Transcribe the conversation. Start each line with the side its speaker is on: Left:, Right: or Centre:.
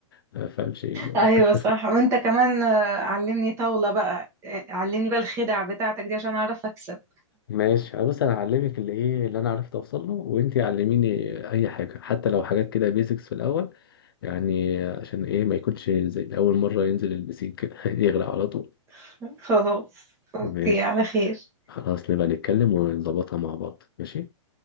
Left: ما فاهمش ايه ده.
Right: ايوه
Left: <laughs>
Right: صح وانت كمان آه، علمني طاولة بقى آه، علمني بقى الخدع بتاعتك دي عشان اعرف اكسب
Left: ماشي أه، بس انا هعلمك اللي ايه اللي انا عرفت اوصل له وانتي علميني اي حاجه حتى لو حاجات كده بيزكس في الاول يعني عشان ايه ما يكونش زي اول مره ينزل البسيك كده <laughs> يغرق على طول
Right: <laughs> خلاص
Left: ماشي
Right: اوكي على خير
Left: خلاص نبقى نتكلم ونظبطها مع بعض ماشي